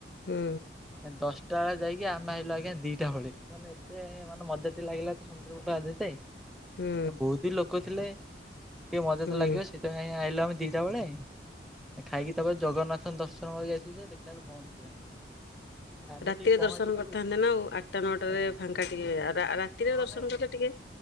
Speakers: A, on the left; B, in the centre.
A: ହୁଁ।
B: ଦଶଟା ବେଳେ ଯାଇକି ଆମ ଆଇଲୁ ଆଜ୍ଞା ଦିଟା ହଳି। ମାନେ ଏତେ ମାନେ ମଜାଟି ଲାଗିଲା ତ ସମୁଦ୍ର କୂଳେ ଗାଧେଇତେ।
A: ହୁଁ
B: ବହୁତ ହି ଲୋକ ଥିଲେ ଟିକେ ମଜା
A: ହୁଁ
B: ତ ଲାଗିବ ସେଥିପାଇଁ ଆଇିଲୁ ଆମେ ଦିଟା ବେଳେ। ଖାଇକି ତାପରେ ଜଗନ୍ନାଥ ଦର୍ଶନ କରି ଯାଇଥିଲୁ ଯେ ଦେଖିଲେଳୁ ବନ୍ଦ ଥିଲା। ଆମେ
A: ରାତିରେ
B: ଟିକେ ପହଞ୍ଚିଲୁ
A: ଦର୍ଶନ କରିଥାନ୍ତେ ନା ଆଉ ଆଟା ନଅଟାରେ
B: ଆଜ୍ଞା
A: ଫାଙ୍କା ଟିକେ ରା ରାତିରେ
B: ଏମାନେ
A: ଦର୍ଶନ କଲେ ଟିକେ